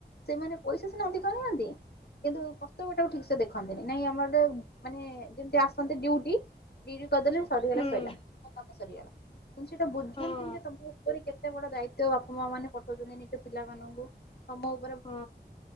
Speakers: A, on the left; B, on the left.
A: ସେମାନେ ପଇସା ସିନା ଅଧିକ ନିଅନ୍ତି କିନ୍ତୁ କର୍ତ୍ତବ୍ୟ ଟାକୁ ଠିକ୍ ସେ ଦେଖନ୍ତିନି ନାଇଁ ଆମର ମାନେ ଯେମିତି ଆସନ୍ତି ଡ୍ୟୁଟି ଡ୍ୟୁଟି କରିଦେଲେ ସରିଗଲା
B: ହୁଁ
A: ସଇଲା ମୋ କାମ ସରିଗଲା। କିନ୍ତ ସେଟା ବୁଝୁନ୍ତିନି
B: ହଁ
A: ଯେ ତମ ଉପରେ କେତେ ବଡ ଦାୟି ତ୍ୟ ବାପା ମା ମାନେ ପଠଉଛନ୍ତି ନିଜ ପିଲାମାନଙ୍କୁ ତମ ଉ
B: ହଁ